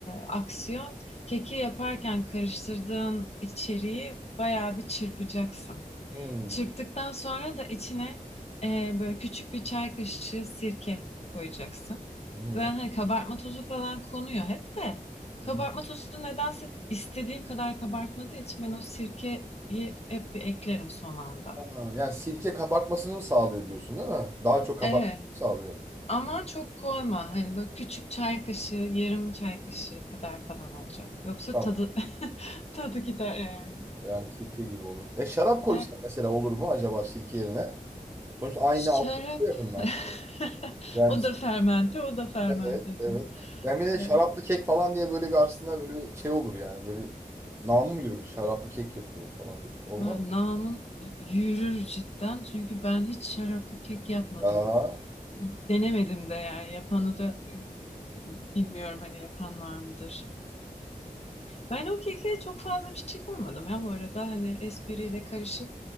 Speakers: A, on the left (about 45°); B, on the right (about 15°).
A: aksiyon keki yaparken karıştırdığın içeriği bayağı bir çırpacaksın.
B: Hmm.
A: Çırptıktan sonra da içine e, böyle küçük bir çay kaşığı sirke koyacaksın.
B: Hı hı.
A: Ben hani kabartma tozu falan konuyor hep de kabartma
B: Hı hı.
A: tozu nedense istediğim kadar kabartmadığı için ben o sirkeyi hep bir eklerim son anda.
B: Ha, yani sirke kabartmasını mı sağlıyor diyorsun değil mi? Daha çok kabartmasını
A: Evet.
B: mı sağlıyor?
A: Ama çok koyma. Hani böyle küçük çay kaşığı, yarım çay kaşığı kadar falan olacak. Yoksa
B: Tamam.
A: tadı <laughs> tadı gider yani.
B: Yani sirke gibi olur. E şarap koysak
A: E,
B: mesela olur mu acaba sirke yerine? Sonuçta aynı
A: şarap.
B: altyapı ya bunlar.
A: <laughs>
B: Yani
A: O da fermente, o da fermente
B: evet, evet.
A: diyoruz.
B: Yani bir de
A: E,
B: şaraplı kek falan diye böyle bir aslında böyle bir şey olur yani. Böyle namım yürür. Şaraplı kek yapıyorum falan gibi. Olmaz.
A: aa, namın yürür cidden. Çünkü ben hiç şaraplı kek yapmadım.
B: Aa.
A: Denemedim de yani. Yapanı da e, bilmiyorum hani yapan var mıdır. Ben o keke çok fazla bir şey koymadım ya bu arada hani espriyle karışık.